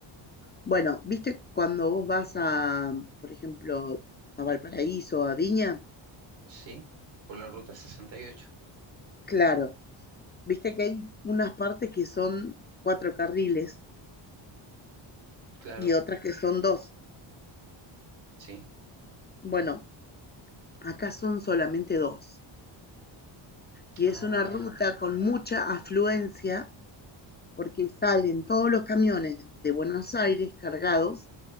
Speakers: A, on the left; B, on the right.
A: Bueno, viste cuando vos vas a, por ejemplo, a Valparaíso o a Viña,
B: sí. Por la ruta sesenta y ocho.
A: Claro, viste que hay unas partes que son cuatro carriles
B: Claro,
A: y otras que son dos.
B: sí.
A: Bueno, acá son solamente dos. Y es
B: Ah,
A: una ruta con mucha afluencia porque salen todos los camiones de Buenos Aires cargados